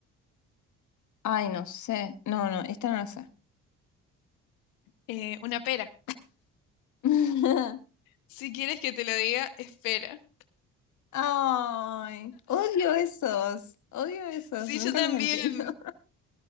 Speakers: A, on the left; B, on the left.
A: Ay, no sé. No, no, esta no la sé.
B: Eh, una pera.
A: <laughs>
B: Si quieres que te lo diga, espera.
A: Ay, odio esos. Odio esos.
B: Sí,
A: Nunca
B: yo también.
A: los entiendo.